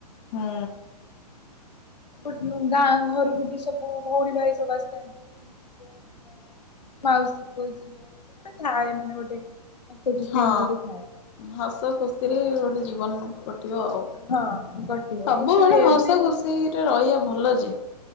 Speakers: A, on the left (about 45°); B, on the left (about 80°).
A: ହୁଁ।
B: <inaudible> ଗାଁ ଘରକୁ ବି ସବୁ ଭଉଣୀ ଭାଇ ସବୁ ଆସିଥାନ୍ତି ପିଉସି ପୁଅ ମାଉସୀ ପୁଅ ଝିଅ ସେ ଗୋଟେ ଥାଏ ମାନେ ଗୋଟେ ହସ ଖୁସି
A: ହଁ
B: ଏମିତି ଗୋଟେ ଥାଏ
A: ହସ ଖୁସିରେ ଗୋଟେ ଜୀବନ କଟିବ ଆଉ
B: ହଁ କଟିବ
A: ସବୁବେଳେ
B: କିନ୍ତୁ ଏବେ
A: ହସ ଖୁ ଖୁସିରେ ରହିବା ଭଲ ଯେ